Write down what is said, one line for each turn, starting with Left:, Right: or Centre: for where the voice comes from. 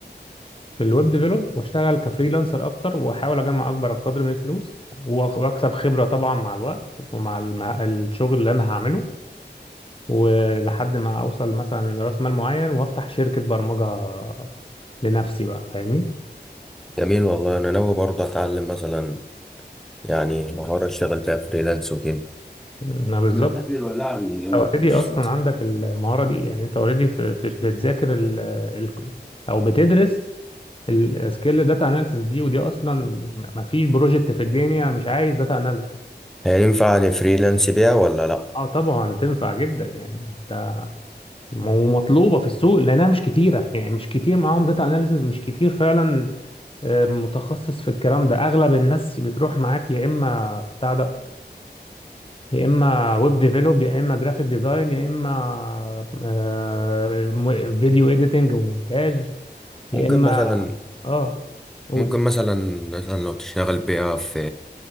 Left: في الويب ديفلوب واشتغل كفريلانسر اكتر واحاول اجمع اكبر قدر من الفلوس وأخ- واكسب خبره طبعا مع الوقت ومع الم- الشغل اللي انا هعمله ولحد ما اوصل مثلا راس مال معين وافتح شركه برمجه لنفسي بقى فاهمني
Centre: جميل والله انا ناوي برضه اتعلم مثلا يعني مهارة اشتغل بيها فريلانس وكده
Left: انا بالظبط
Centre: ما تهدي الولاعة من جنب
Left: انت اوريدي
Centre: الكرسي
Left: اصلا عندك المهاره دي يعني انت اوريدي بتذاكر ال ال او بتدرس السكيل داتا اناليسيس دي ودي اصلا ما فيش بروجكت في الدنيا مش عايز داتا اناليسيس
Centre: هينفع اني فريلانس بيها ولا لا
Left: اه طبعا تنفع جدا يعني ده ومطلوبه في السوق لانها مش كتيره يعني مش كتير معاهم داتا اناليسز مش كتير فعلا آه، متخصص في الكلام ده اغلب الناس بتروح معاك يا اما بتاع ده يا اما ويب ديفلوب يا اما جرافيك ديزاين يا اما آه، م- فيديو اديتنج ومونتاج
Centre: ممكن
Left: يا اما
Centre: مثلا
Left: اه قول
Centre: ممكن مثلا مثلا لو تشتغل بيها في